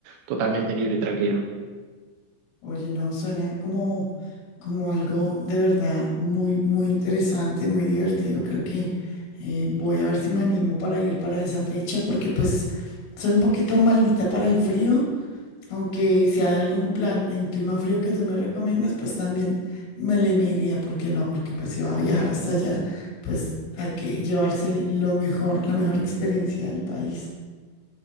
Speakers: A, on the right; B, on the left.
A: totalmente libre y tranquilo.
B: Oye, no, suena como, como algo de verdad muy, muy interesante, muy divertido. Creo que eh, voy a ver si me animo para ir para esa fecha, porque pues soy un poquito maldita para el frío, aunque si hay algún plan en clima frío que tú me recomiendas, pues también me le miraría, ¿por qué no? Porque pues si va a viajar hasta allá, pues hay que llevarse lo mejor, la mejor experiencia del país.